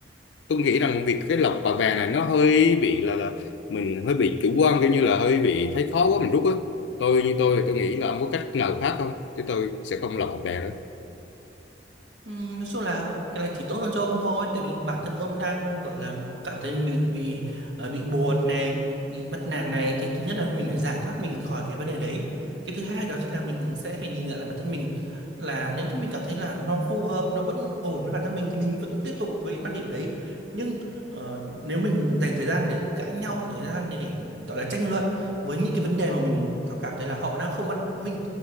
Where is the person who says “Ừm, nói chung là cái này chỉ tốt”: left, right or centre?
Right